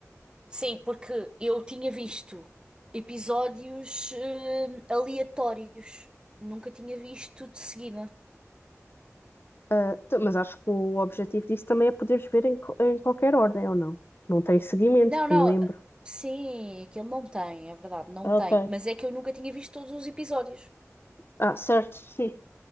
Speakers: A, on the right; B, on the left.
A: Sim, porque eu tinha visto episódios hum, aleatórios. Nunca tinha visto de seguida.
B: Ah, t- mas acho que o objetivo disso também é poderes ver em, co- em qualquer ordem, ou não? Não tem seguimento,
A: Não,
B: que
A: não.
B: me lembro.
A: Sim, aquilo não tem, é verdade, não
B: Ah,
A: tem.
B: Ok.
A: Mas é que eu nunca tinha visto todos os episódios.
B: Ah, certo, <laughs> sim.